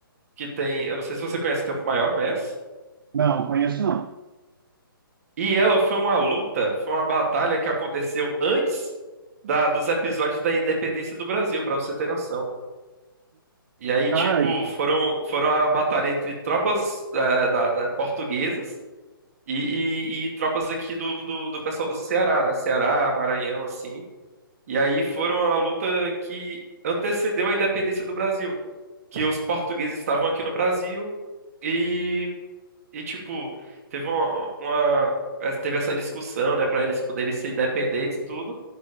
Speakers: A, on the right; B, on the right.
A: que tem, eu não sei se você conhece Campo Maior, conhece?
B: não, conheço não.
A: E ela foi uma luta, foi uma batalha que aconteceu antes da, dos episódios da independência do Brasil, pra você ter noção. E aí,
B: Cara,
A: tipo, foram, foram a batalha entre tropas eh, da- da- portuguesas E, e- e tropas aqui do, do, do pessoal do Ceará, né? Ceará, Maranhão, assim. E aí foram a luta que antecedeu a independência do Brasil. Que os portugueses estavam aqui no Brasil e, e tipo, teve uma, uma- teve essa discussão, né, para eles poderem ser independentes e tudo.